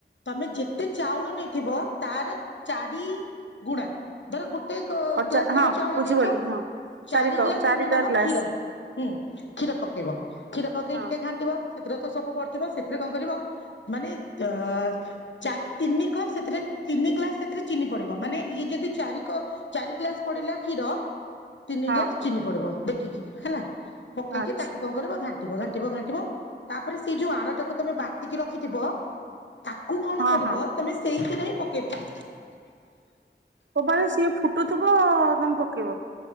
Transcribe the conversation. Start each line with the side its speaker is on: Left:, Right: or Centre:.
Left: ତମେ ଯେତେ ଚାଉଳ ନେଇଥିବ, ତାର ଚାରି ଗୁଣା ଧର ଗୋଟେ ଗ୍ଲାସ୍
Right: ଅଚା ହଁ
Left: ତମେ ଚାଉଳ
Right: ବୁଝିପାରିଲି
Left: ନେଇଚ,
Right: ହଁ
Left: ଚାରି
Right: କପ୍
Left: ଗ୍ଲାସ୍
Right: ଚାରିଟା
Left: ତମେ ନବ
Right: ଗ୍ଲାସ
Left: କ୍ଷୀର ହୁଁ, କ୍ଷୀର ପକେଇବ, କ୍ଷୀର ପକେଇକ
Right: ହଁ
Left: ଟିକେ ଘାଣ୍ଟିବ, ସେଥିରେ ତ ସବୁ ପଡିଥିବ ସେଥିରେ କଣ କରିବ ମାନେ ତ ଚାରି, ତିନି କପ୍ ସେଥିରେ ତିନି ଗ୍ଲାସ୍ ସେଥିରେ ଚିନି ପଡିବ, ମାନେ ଇଏ ଯଦି ଚାରି କପ୍ ଚାରି ଗ୍ଲାସ୍ ପଡିଲା କ୍ଷୀର ତିନି
Right: ହଁ
Left: ଗ୍ଲାସ୍
Right: ହଁ
Left: ଚିନି ପଡିବ, ଦେଖିକି ହେଲା, ପକେଇକି
Right: ଆଚ୍ଛା
Left: ତାକୁ କଣ କରିବ ଘା ଘାଣ୍ଟିବ ଘାଣ୍ଟିବ ଘାଣ୍ଟିବ, ତାପରେ ସେଇ ଯୋଉ ଆଣଟାକୁ ତମେ ବାଟିକି ରଖିଥିବ ତାକୁ କଣ
Right: ହଁ
Left: କରିବ,
Right: ହଁ
Left: ତମେ ସେଇଥିରେ ହିଁ ପକେଇବ
Right: <unintelligible> ସିଏ ଫୁଟୁଥିବ ତମେ ପକେଇବ।